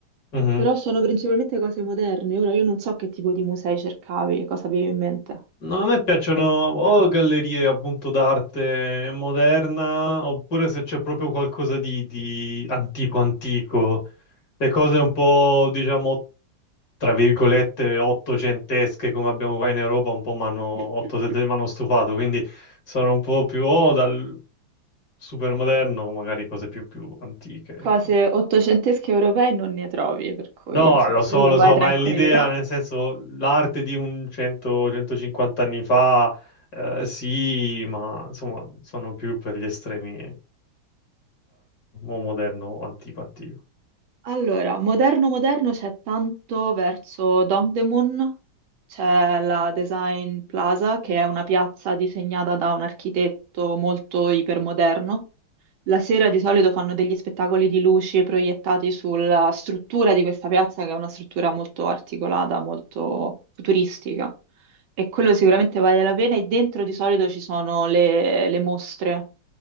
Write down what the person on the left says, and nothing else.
Mhm.
No, a me piacciono o gallerie appunto d'arte moderna, oppure se c'è proprio qualcosa di, di antico antico, le cose un po', diciamo, tra virgolette, ottocentesche come abbiamo qua in Europa, un po' mi hanno
m'hanno stufato, quindi sono un po' più o dal super moderno, magari cose più, più antiche,
ecco.
No,
lo
so, lo
so,
ma è l'idea, nel senso, l'arte di un 100-150 anni fa, eh, sì, ma insomma, sono più per gli estremi, eh, o moderno o antico antico.